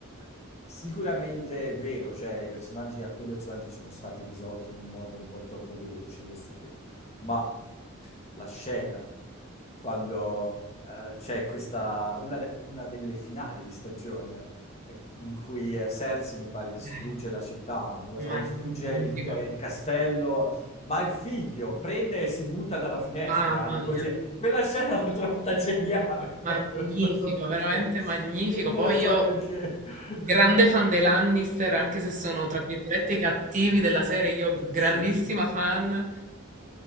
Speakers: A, on the left; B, on the right.
A: eh, sicuramente è vero, cioè i personaggi, alcuni personaggi sono stati risolti in un modo un po' troppo veloce, questo è vero. Ma la scena, quando eh, c'è questa, una, de- una delle finali di stagione, eh, in cui eh, Cersei mi pare distrugge
B: Eh.
A: la città, una cosa-
B: Magnifico,
A: o distrugge il, ca- il castello, ma il figlio prende e si butta dalla finestra,
B: mamma
A: lì
B: mia,
A: così. Quella scena l'ho trovata geniale <laughs>
B: magnifico,
A: proprio, non so perché.
B: veramente
A: <laughs>
B: magnifico.
A: Non
B: Poi
A: so
B: io,
A: perché. <laughs>
B: grande fan dei Lannister, anche se sono tra virgolette i cattivi della serie, io grandissima
A: Sì.
B: fan.